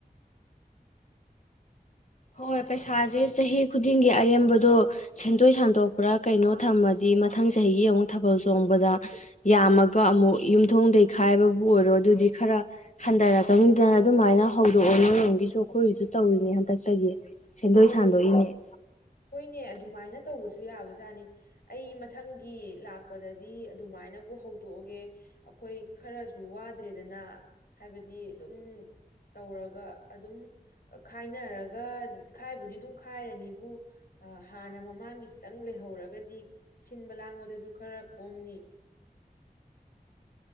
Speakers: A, on the left (about 50°); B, on the left (about 70°).
A: ꯍꯣꯏ ꯍꯣꯏ ꯄꯩꯁꯥꯁꯦ ꯆꯍꯤ ꯈꯨꯗꯤꯡꯒꯤ ꯑꯔꯦꯝꯕꯗꯣ ꯁꯦꯟꯗꯣꯏ ꯁꯟꯗꯣꯛꯄ꯭ꯔꯥ ꯀꯩꯅꯣ ꯊꯝꯃꯗꯤ ꯃꯊꯪ ꯆꯍꯤꯒꯤ ꯑꯃꯨꯛ ꯊꯥꯕꯜ ꯆꯣꯡꯕꯗ ꯌꯥꯝꯃꯒ ꯑꯃꯨꯛ ꯌꯨꯝꯊꯣꯡꯗꯒꯤꯩ ꯈꯥꯏꯕꯕꯨ ꯑꯣꯏꯔꯣ ꯑꯗꯨꯗꯤ ꯈꯔ ꯍꯟꯊꯔꯛꯀꯅꯤꯗꯅ ꯑꯗꯨꯃꯥꯏꯅ ꯍꯧꯗꯣꯛꯑꯣ ꯅꯣꯏꯔꯣꯝꯒꯤꯁꯨ ꯑꯩꯈꯣꯏꯒꯤꯁꯨ ꯇꯧꯔꯤꯅꯦ ꯍꯟꯗꯛ ꯇꯒꯤ ꯁꯦꯟꯗꯣꯏ
B: ꯑꯣ
A: ꯁꯟꯗꯣꯛꯏꯅꯦ
B: ꯍꯣꯏꯅꯦ ꯑꯗꯨꯃꯥꯏꯅ ꯇꯧꯕꯁꯨ ꯌꯥꯕꯖꯥꯠꯅꯤ ꯑꯩ ꯃꯊꯪꯒꯤ ꯂꯥꯛꯄꯗꯗꯤ ꯑꯗꯨꯃꯥꯏꯅꯕꯨ ꯍꯧꯗꯣꯛꯑꯒꯦ ꯑꯩꯈꯣꯏ ꯈꯔꯁꯨ ꯋꯥꯗ꯭ꯔꯦꯗꯅ ꯍꯥꯏꯕꯗꯤ ꯑꯗꯨꯝ ꯇꯧꯔꯒ ꯑꯗꯨꯝ ꯈꯥꯏꯅꯔꯒ ꯈꯥꯏꯕꯨꯗꯤ ꯑꯗꯨꯝ ꯈꯥꯏꯔꯅꯤꯕꯨ ꯍꯥꯟꯅ ꯃꯃꯥꯡꯒꯤ ꯈꯤꯇꯪ ꯂꯩꯍꯧꯔꯒꯗꯤ ꯁꯤꯟꯕ ꯂꯥꯡꯕꯗꯁꯨ ꯈꯔ ꯀꯣꯝꯅꯤ